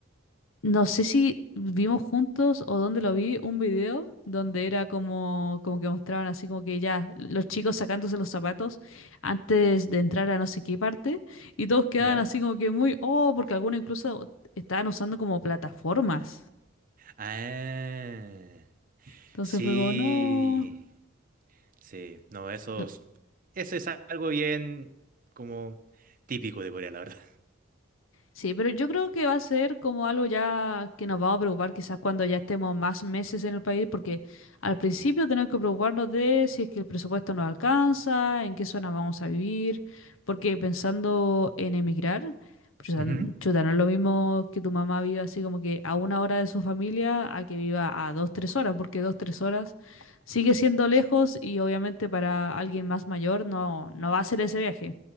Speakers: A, on the left; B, on the right.
A: No sé si vimos juntos o dónde lo vi, un video donde era como, como que mostraban así como que ya los chicos sacándose los zapatos antes de entrar a no sé qué parte y todos quedaban
B: ¿Ya?
A: así como que muy, oh, porque algunos incluso estaban usando como plataformas.
B: Ah,
A: Entonces
B: sí,
A: fue como, no.
B: sí, no, esos,
A: no,
B: eso es algo bien como típico de Corea, la verdad.
A: Sí, pero yo creo que va a ser como algo ya que nos vamos a preocupar quizás cuando ya estemos más meses en el país, porque al principio tenemos que preocuparnos de si es que el presupuesto nos alcanza, en qué zona vamos a vivir, porque pensando en emigrar, chuta,
B: Ujú.
A: n- chuta, no es lo mismo que tu mamá viva así como que a una hora de su familia a que viva a dos, tres horas, porque dos, tres horas sigue siendo lejos y obviamente para alguien más mayor no, no va a ser ese viaje.